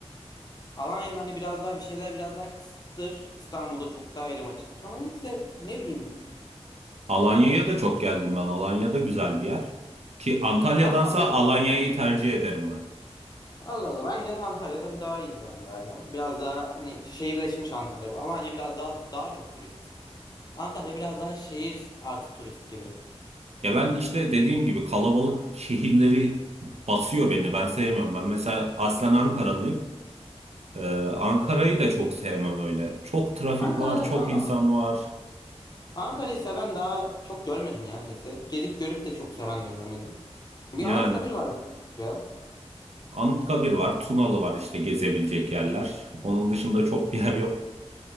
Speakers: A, on the left (about 35°); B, on the right (about 70°).
A: Alanya'nın hani biraz daha bir şeyler biraz daha kısıttır. İstanbul'da çok daha elim açıktır. Ama neyse ne bileyim.
B: Alanya'ya da çok geldim ben. Alanya'da güzel bir yer. Ki Antalya'dansa
A: Antalya
B: Alanya'yı tercih ederim ben.
A: Allah Allah bence Antalya tabii daha iyi biraz daha ya. Biraz daha hani şehirleşmiş Antalya. Bu Alanya biraz daha daha çok turist. Antalya biraz daha şehir artı turist gibi.
B: Ya ben işte dediğim gibi kalabalık şehirleri basıyor beni. Ben sevmiyorum. Ben mesela aslen Ankaralıyım. Ee, Ankara'yı da çok sevmem öyle. Çok trafik
A: Ankara'da
B: var, çok
A: kanka
B: insan var.
A: Ankara'yı seven daha çok görmedim ya niyeyse. Gezip görüp de çok seven de görmedim. Bir
B: Yani
A: Anıtkabir var ya.
B: Anıtkabir var, Tunalı var işte gezebilecek yerler. Onun dışında çok bir yer yok.